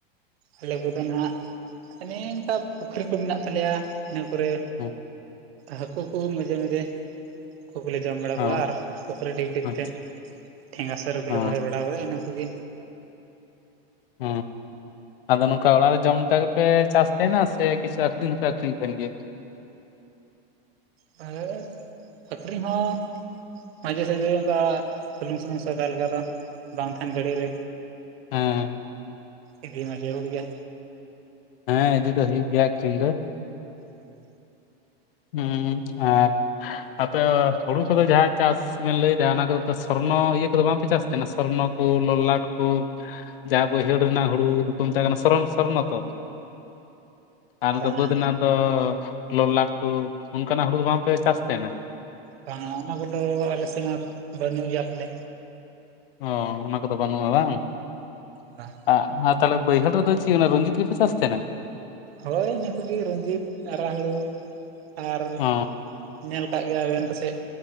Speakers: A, on the right; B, on the left.
A: ᱟᱞᱮ ᱠᱚᱫᱚ ᱱᱟᱦᱟᱸᱜ ᱚᱱᱮ ᱚᱱᱠᱟ ᱯᱩᱠᱷᱨᱤ ᱠᱚ ᱢᱤᱱᱟᱜ ᱛᱟᱞᱮᱭᱟ᱾ ᱤᱱᱟᱹ ᱯᱚᱨᱮ
B: ᱦᱮᱸ
A: ᱦᱟᱠᱩ ᱠᱩ ᱢᱟᱡᱷᱮ ᱢᱟᱡᱷᱮᱼᱼ ᱠᱩ ᱠᱩᱞᱮ ᱡᱚᱢ ᱵᱟᱲᱟ
B: ᱦᱮᱸ
A: ᱠᱚᱣᱟ ᱟᱨ ᱯᱩᱠᱷᱨᱤ ᱰᱷᱤᱯ ᱰᱷᱤᱯ
B: ᱟᱪᱪᱷᱟ
A: ᱛᱮ ᱴᱷᱮᱸᱜᱟ ᱥᱟᱹᱨᱩ ᱠᱚᱞᱮ
B: ᱦᱮᱸ
A: ᱨᱚᱦᱚᱭ ᱵᱟᱼᱼ <inaudible> ᱜᱮ
B: ᱦᱮᱸ ᱟᱫᱚ ᱱᱚᱝᱠᱟ ᱚᱲᱟᱜ ᱨᱮ ᱡᱚᱢ ᱞᱮᱠᱟ ᱜᱮᱯᱮ ᱪᱟᱥ ᱛᱟᱦᱮᱱᱟ ᱥᱮ ᱠᱤᱪᱷᱩ ᱟᱠᱷᱨᱤᱧ ᱦᱚᱸᱯᱮ ᱟᱠᱷᱨᱤᱧ ᱠᱟᱱ ᱜᱮᱭᱟ
A: ᱛᱟᱦᱮᱞᱮᱼᱼ ᱟᱹᱠᱷᱨᱤᱧ ᱦᱚᱸᱼᱼ ᱢᱟᱡᱷᱮ ᱥᱟᱡᱷᱮ ᱚᱱᱠᱟ ᱵᱩᱞᱩᱝ ᱥᱩᱞᱩᱝ ᱥᱚᱭᱫᱟ ᱞᱮᱠᱟ ᱫᱚ ᱵᱟᱝ ᱛᱟᱦᱮᱱ ᱜᱷᱟᱹᱲᱤᱜ ᱨᱮᱼᱼ
B: ᱦᱩᱸ᱾
A: ᱤᱫᱤ ᱢᱟ ᱡᱟᱹᱨᱩᱲ ᱜᱮᱭᱟ᱾
B: ᱦᱮᱸ ᱤᱫᱤ ᱫᱚ ᱦᱩᱭᱩᱜ ᱜᱮᱭᱟ ᱟᱹᱠᱷᱨᱤᱧ ᱫᱚ᱾
A: ᱦᱮᱸ᱾ <unintelligible>
B: ᱦᱩᱸ ᱟᱨ ᱟᱯᱮ ᱦᱩᱲᱩ ᱠᱚᱫᱚ ᱡᱟᱦᱟᱸ ᱪᱟᱥᱼᱼ ᱪᱤᱜ ᱵᱮᱱ ᱞᱟᱹᱭ ᱫᱟ ᱚᱱᱟ ᱫᱚ ‌ᱛᱚ ᱥᱚᱨᱱᱚ ᱤᱭᱟᱹ ᱠᱩᱫᱚ ᱵᱟᱝ ᱯᱮ ᱪᱟᱥ ᱛᱮᱦᱮᱱᱟ ᱥᱚᱨᱱᱚ ᱠᱩ ᱞᱚᱞᱼᱞᱟᱴ ᱠᱩ᱾ ᱡᱟᱦᱟᱸ ᱵᱟᱹᱭᱦᱟᱹᱲ ᱨᱮᱱᱟᱜ ᱦᱩᱲᱩ ᱫᱩᱠᱩ ᱢᱮᱛᱟᱜ ᱠᱟᱱᱟ ᱥᱚᱨᱚᱢ ᱥᱚᱨᱱᱚ ᱛᱚ᱾ ᱟᱨ ᱱᱚ
A: ᱵᱟᱝᱟ
B: ᱫᱚ ᱵᱟᱹᱫᱽ ᱨᱮᱱᱟᱜ ᱫᱚ ᱞᱚᱞᱟᱴᱼᱼ ᱠᱩ ᱚᱱᱠᱟ ᱱᱟᱜ ᱦᱩᱲᱩ ᱫᱚ ᱵᱟᱝ ᱯᱮ ᱪᱟᱥ ᱛᱮᱦᱮᱱᱟ?
A: ᱵᱟᱝᱟ ᱚᱱᱟ ᱠᱩᱫᱚ ᱟᱞᱮ ᱥᱮᱱ ᱵᱟᱹᱱᱩᱜ ᱜᱮᱭᱟ ᱛᱟᱦᱚᱞᱮ᱾
B: ᱚ ᱚᱱᱟ ᱠᱩᱫᱚ ᱵᱟᱱᱩᱜ-ᱟ ᱵᱟᱝ᱾
A: ᱵᱟᱝ᱾
B: ᱟᱜ ᱟᱨ ᱛᱟᱦᱚᱞᱮ ᱵᱟᱹᱭᱦᱟᱹᱲ ᱨᱮᱫᱚ ᱪᱤᱜ ᱚᱱᱟ ᱨᱚᱧᱡᱤᱛ ᱜᱤᱯᱮ ᱪᱟᱥ ᱛᱮᱦᱮᱱᱟ?
A: ᱦᱳᱭ ᱤᱱᱟᱹ ᱠᱩᱜᱤ ᱨᱚᱡᱤᱛ ᱟᱨᱟᱜ ᱦᱩᱲᱩ ᱟᱨᱼᱼ
B: ᱚ
A: ᱱᱮᱞ ᱠᱟᱜ ᱜᱮᱭᱟ ᱵᱮᱱ ᱯᱟᱥᱮᱜ